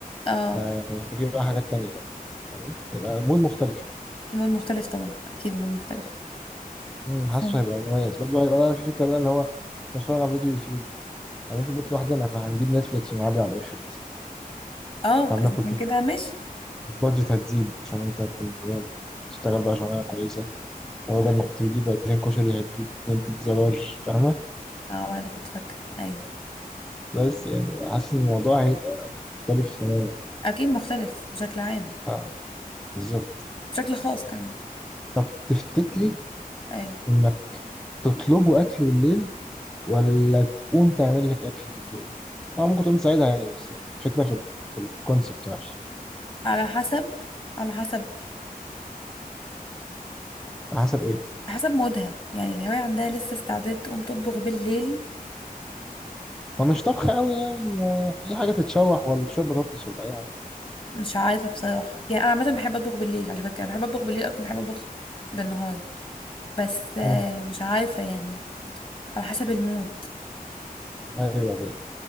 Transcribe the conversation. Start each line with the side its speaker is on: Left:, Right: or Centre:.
Left: اه
Centre: آه، هيبقى فيه بقى حاجات تانية بقى تمام هيبقى مود مختلف يعني
Left: المود مختلف طبعا اكيد المود مختلف
Centre: مم، حاسه
Left: صح.
Centre: هيبقى مميز برضه هيبقى بقى في فكره بقى اللي هو نتفرج على فيديو يوتيوب هنروح في البيت لوحدنا فهنجيب نتفليكس ونعدي على الاخر مثلا
Left: اه
Centre: هناكل
Left: اذا كان
Centre: بيتزا
Left: كده ماشي
Centre: البادجت هتزيد عشان انت هتكون غلبان. تشتغل بقى شغلانه كويسه وبدل
Left: اه أنا اللي-
Centre: ما كنت بتجيب 2000 كشري هتجيب 2 بيتزا لارج فاهمه
Left: آه، أنا اللي كنت فاكرة ايوه
Centre: بس يعني حاسس ان الموضوع هيبقى مختلف تماما
Left: اكيد مختلف بشكل عام
Centre: اه بالظبط
Left: بشكل خاص كمان
Centre: طب تفتكري
Left: ايوه
Centre: انك تطلبوا اكل بالليل ولا تقوم تعمل لك اكل بالليل؟ اه ممكن تقوم تساعدها يعني بس يعني الفكره في في الكونسيبت نفسه
Left: على حسب على حسب
Centre: على حسب ايه؟
Left: حسب مودها يعني الهواية عندها لسه استعداد تقوم تطبخ بالليل
Centre: هو مش طبخ قوي يعني آه، اي حاجه تتشوح ولا شويه بطاطس ولا اي حاجه
Left: مش عارفه بصراحه يعني انا عامه بحب اطبخ بالليل على فكره انا بحب اطبخ بالليل اكتر ما بحب اطبخ بالنهار بس آه،
Centre: مم.
Left: مش عارفه يعني على حسب المود
Centre: ايوه ايوه